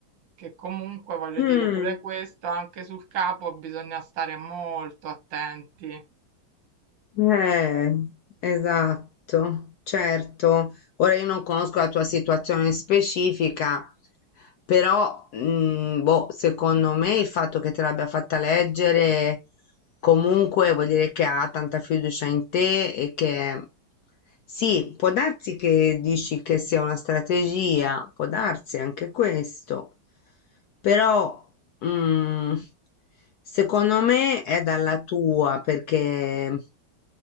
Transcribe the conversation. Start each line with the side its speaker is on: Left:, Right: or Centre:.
Right: Che comunque voglio
Left: mm.
Right: dire pure questo, anche sul capo bisogna stare molto attenti.
Left: Eh, esatto, certo. Ora io non conosco la tua situazione specifica, però mm, boh, secondo me il fatto che te l'abbia fatta leggere comunque vuol dire che ha tanta fiducia in te e che sì, può darsi che dici che sia una strategia, può darsi anche questo, però mm, secondo me è dalla tua perché.